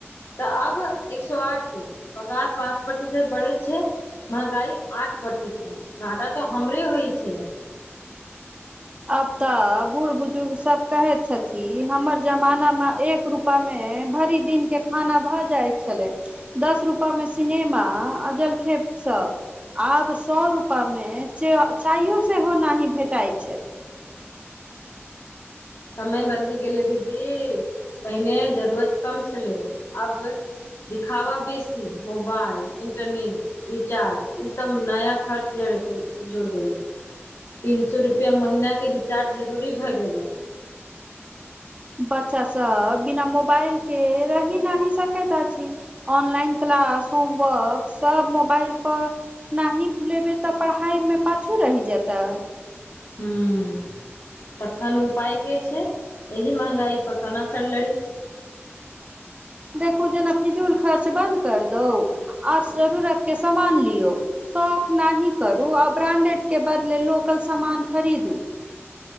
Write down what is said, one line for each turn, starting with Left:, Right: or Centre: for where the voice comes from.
Left: तऽ अब एक सए आठ भेल। पगार पाँच प्रतिशत बढ़ैय छैय। महंगाई आठ प्रतिशत घाटा तऽ हमरे होइ छैय।
Right: आब तऽ बूढ़ बुजुर्ग सभ कहैत छथिन हमर जमाना मे एक रुपैया मे भरि दिनके खाना भऽ जाइ छलै। दस रुपैयामे सिनेमा आ जलखै सब। आब सौ रुपामे चायो सेहो नै भेटइ छैय।
Left: समय बदलि गेलै दीदी पहिने जरूरत कम छलै अब दिखावा बेसी मोबाइल, इन्टरनेट रिचार्ज इ सब नया खर्च जुड़ि गेलै। तीन सौ रुपया महिनाके रिचार्ज जरूरी भए गेलय।
Right: बच्चा सभ बिना मोबाइलके रहि नहि सकैत अछि। ऑनलाइन क्लास, होमवर्क सब मोबाइल पर नहि लेबैय त पढ़ाइमे पाछू रहि जेतैय।
Left: ह तखन उपाय कि छैय एहि महंगाइ पर कोना सड़लड़ी
Right: देखू जेना फिजूल खर्च बन्द कर दौ और जरूरतके समान लियौ। शौख नहि करू आ ब्रांडेडके बदले लोकल समान खरीदू।